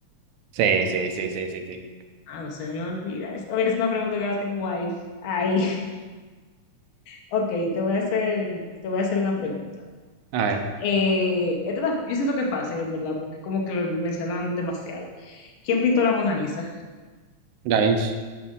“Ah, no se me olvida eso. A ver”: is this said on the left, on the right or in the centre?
Left